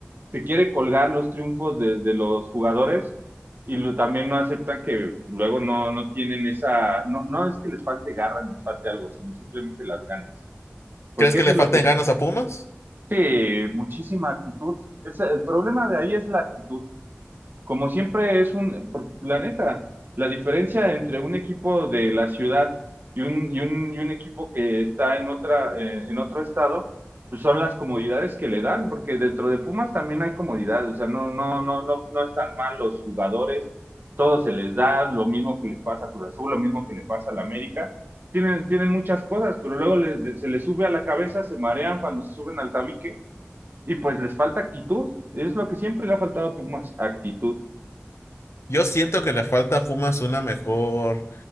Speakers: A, on the right; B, on the left.
A: se quiere colgar los triunfos de, de los jugadores y lo- también no aceptan que luego no, no tienen esa, no, no es que les falte garra ni les falte algo, sino simplemente las ganas. Porque
B: ¿Crees que
A: eso
B: le
A: es lo
B: falten
A: que es
B: ganas a Pumas?
A: Sí, muchísima actitud. Es, el problema de ahí es la actitud como siempre es un, porque la neta, la diferencia entre un equipo de la ciudad y un, y un, y un equipo que está en otra, eh, en otro estado, pues son las comodidades que le dan, porque dentro de Pumas también hay comodidades, o sea, no, no, no, no, no están mal los jugadores, todo se les da, lo mismo que les pasa a Cruz Azul, lo mismo que le pasa a la América, tienen, tienen muchas cosas, pero luego le- se les sube a la cabeza, se marean cuando se suben al tabique, y pues les falta actitud, es lo que siempre le ha faltado a Pumas, actitud.
B: Yo siento que le falta a Pumas una mejor